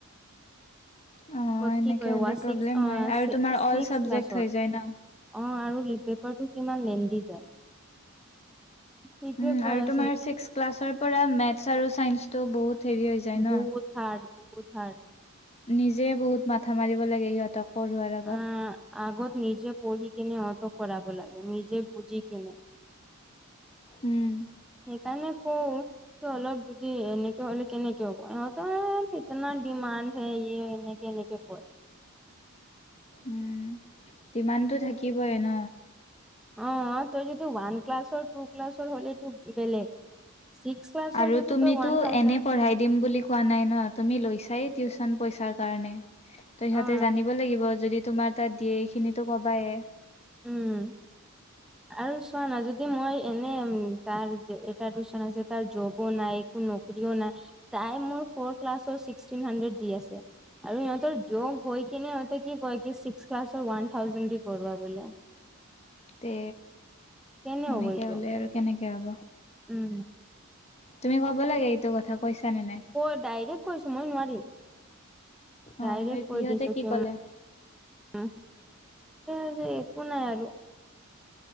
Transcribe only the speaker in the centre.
ওৱা
কি কয়
ছিক্স
ছিক্স
ক্লাছৰ
অ আৰু লিপ পেপাৰটো কিমান লেন্ডি যায়। সেইটোৱে
কৈ
আছে
বহুত হাৰ্ট, বহুত হাৰ্ট।
আহ আগত নিজে পঢ়ি কিনে অত কৰাব লাগে, নিজে বুজি কিনে।
সেইকাৰণে কওঁ অলপ যদি এনেকে হলে কেনেকে হ'ব ইহঁতৰ ইতনা ডিমাণ্ড হে, ই এনে কেনেকে কৰে।
অ তই যদি ওৱান ক্লাছৰ, টু ক্লাছৰ হ'লে এইটো বেলেগ। ছিক্স ক্লাছৰ
যদি
তই ওৱান থাউজেণ্ড
অ
উম আৰু চোৱা না যদি মই এনে তাৰ এটা টিউচন আছে, তাৰ জবো নাই নকৰিও নাই, তাই মোৰ ফ'ৰ ক্লাছৰ ছিক্সটিন হাণ্ড্ৰেড দি আছে। আৰু ইহঁতৰ যোগ হৈ কিনে ইহঁতে কি কয়- কি ছিক্স ক্লাছৰ ওৱান থাউজেণ্ড দি কৰিবা বোলে।
কেনে
হ'ব এইটো
উম!
ক ডাইৰেক্ট কৈছো মই নোৱাৰিম,
ডাইৰেক্ট
কৈ দিছো কি
উম! একো নাই আৰু।